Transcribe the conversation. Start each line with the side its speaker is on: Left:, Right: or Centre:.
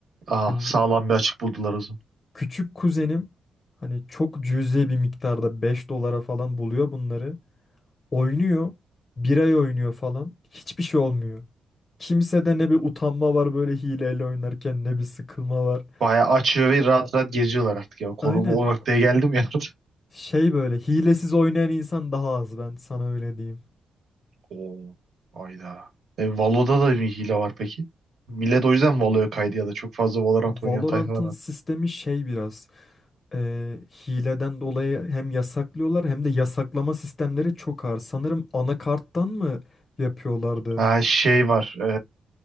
Right: aa
Left: Hani
Right: sağlam bir açık buldular o zaman.
Left: Küçük kuzenim hani çok cüzi bir miktarda 5 dolara falan buluyor bunları. Oynuyor. Bir ay oynuyor falan. Hiçbir şey olmuyor. Kimsede ne bir utanma var böyle hileyle oynarken ne bir sıkılma var.
Right: Bayağı açıyor ve rahat rahat geziyorlar artık ya. Konu
Left: Aynen.
Right: bu o noktaya geldim ya. <laughs>
Left: Şey böyle hilesiz oynayan insan daha az ben sana öyle diyeyim.
Right: Oo. Hayda. E, Valo'da da bir hile var peki. Millet o yüzden Valo'ya kaydı ya da çok fazla Valorant oynayan
Left: Valorant'ın
Right: tayfa var
Left: sistemi
Right: artık.
Left: şey biraz e, hileden dolayı hem yasaklıyorlar hem de yasaklama sistemleri çok ağır. Sanırım anakarttan mı yapıyorlardı?
Right: Ha şey var. E,